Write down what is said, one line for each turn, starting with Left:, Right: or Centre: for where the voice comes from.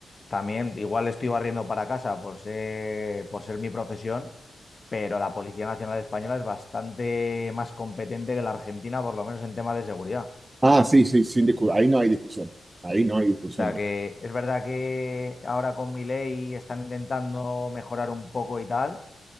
Left: también igual estoy barriendo para casa por ser, por ser mi profesión pero la Policía Nacional Española es bastante más competente que la Argentina, por lo menos en temas de seguridad.
Right: Ah, sí, sí, sin discu- ahí no hay discusión, ahí no hay discusión.
Left: O sea que es verdad que ahora con Milei están intentando mejorar un poco y tal,